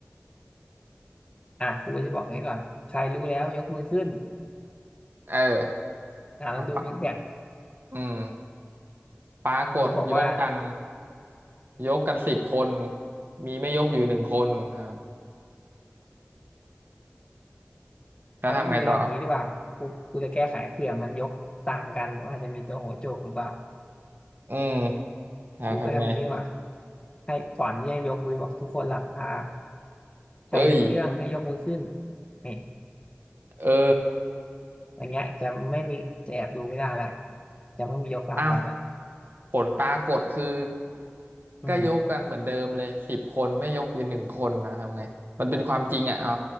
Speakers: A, on the left; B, on the right.
A: อ่ะกูก็จะบอกอย่นี้ก่อนใครรู้แล้วยกมือขึ้น
B: เออ
A: อ่าแล้วดูฟีดแบ็ก
B: เอาปะอืมปรากฏยกกัน
A: กูก็บอกว่า
B: ยกกันสิบคนมีไม่ยกอยู่หนึ่งคนครับแล้วทำไงต่อ
A: เอางี้กูจะทำอย่างนี้ดีกว่ากูกูจะแก้ไขเผื่อมันยกตางกันว่าอาจจะมีตัวหัวโจกหรือเปล่า
B: อืม เราทำไง
A: ครูก็ทำอย่างนี้ดีกว่าให้ก่อนที่ให้ยกคุยบอกทุกคนหลับตาใครรู้เรื่องให้ยกมือขึ้น
B: เอ้ย
A: นี่
B: เออ
A: อย่างเงี้ยจะไม่มีจะแอบดูไม่ได้ละจะไม่มียกตามกันละ
B: อ้าวผลปรากฏคือ
A: อืม
B: ก็ยกกันเหมือนเดิมเลยสิบคนไม่ยกอยู่หนึ่งคนนะทำไงมันเป็นความจริงอ่ะเอา